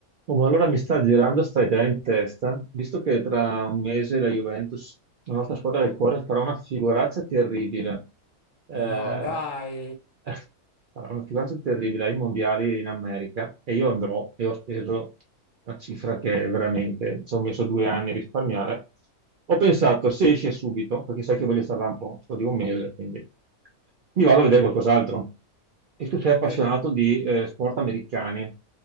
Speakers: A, on the right; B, on the left.
A: Oh, ma allora mi sta girando sta idea in testa, visto che tra un mese la Juventus, la nostra squadra del cuore, farà una figuraccia terribile. Eh,
B: Ma no, dai,
A: <laughs> farà una figuraccia terribile ai mondiali in America e io andrò e ho speso una cifra che veramente ci ho messo due anni a risparmiare. Ho pensato, se esce subito, perché sai che voglio stare là un po', sto di un mese, quindi mi vado a vedere qualcos'altro. E tu sei appassionato
B: Eh,
A: di eh, sport americani.